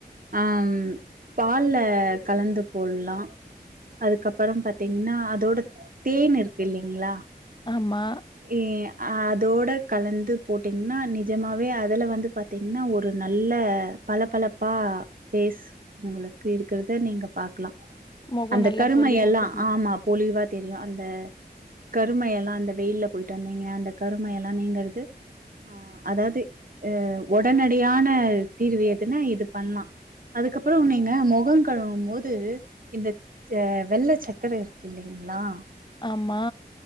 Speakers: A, on the right; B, on the left.
A: ஆம் பால்ல கலந்து போட்லா அதுக்கப்பறம் பாத்தீங்னா அதோட தேன் இருக்கு இல்லைங்ளா
B: ஆமா
A: இ அதோட கலந்து போட்டீங்னா நிஜமாவே அதுல வந்து பாத் தீங்னா ஒரு நல்ல பள பளப்பா ஃபேஸ் உங்களுக்கு இருக்கிறத நீங்க பாக்கலா
B: முகோ
A: அந்த
B: நல்லா
A: கருமையெல்லா
B: பொலிவா தெரியு
A: ஆமா பொழிவா தெரியு அந்த கருமையெல்லா அந்த வெயில்ல போய்ட்டு வந்தீங்க அந்த கருமையெல்லா நீங்கறது அதாவ்து அ ஒடனடியான தீர்வு எதுனா இது பண்ணா அதுக்கப்பறோ நீங்க மொகங் கழுவும் போது இந்த ச வெள்ளச் சக்கர இருக்கு இல்லைங்ளா
B: ஆமா